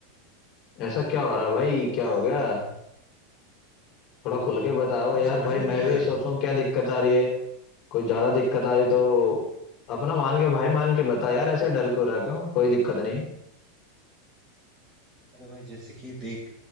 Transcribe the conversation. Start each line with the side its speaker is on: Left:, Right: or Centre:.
Left: ऐसा क्या हो रहा है भाई क्या
Right: क्या
Left: हो
Right: ही
Left: गया
Right: करूँ
Left: थोड़ा खुल के बताओ
Right: मतलब
Left: यार
Right: समझ
Left: भाई
Right: में
Left: मैं
Right: नहीं
Left: भी
Right: आ रहा
Left: सोचूं क्या दिक्कत आ रही है कोई ज्यादा दिक्कत आ रही तो अपना मान के भाई मान के बता यार ऐसे डर क्यों रहा क्यों कोई दिक्कत नहीं है।
Right: अरे भाई जैसे कि देख